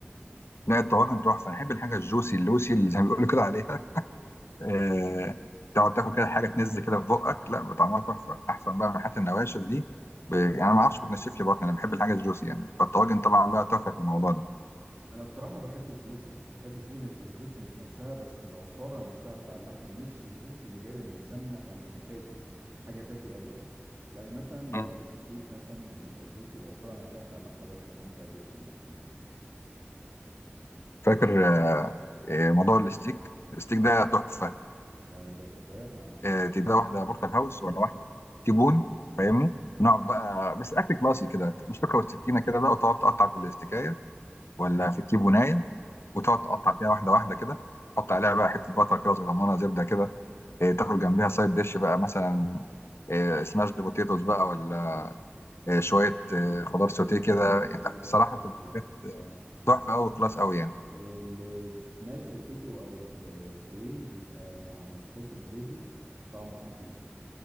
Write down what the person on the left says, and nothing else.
لا الطواجن تحفه انا احب الحاجه الجوسي اللوسي اللي زي ما بيقولوا كده عليها آه، تقعد تاكل كده حاجه تنز كده في بقك لا طعمها تحفه احسن بقى من حته النواشف دي ب- يعني انا ما اعرفش بتنشف لي بطني انا بحب الحاجه الجوسي يعني فالطواجن طبعا بقى تحفه في الموضوع ده
مم.
فاكر آه، آه، موضوع الستيك الستيك
ده تحفه
آه، تبقى واحده بورتال هاوس ولا واحده تيبون فاهمني نقعد بقى بس اكل كلاسي كده مش تاكل السكينه كده بقى وتقعد تقطع في الاستكايه ولا في التيبونايه وتقعد تقطع فيها واحده واحده كده تحط عليها بقى حته بطر كده صغننه زبده كده آه، تاكل جنبيها سايد ديش بقى مثلا سماش دي بوتيتوس بقى ولا آه، شويه آه،
خضار سوتيه كده يعني
لا، بصراحه
بتبقى
حاجات
تحفه قوي كلاس قوي يعني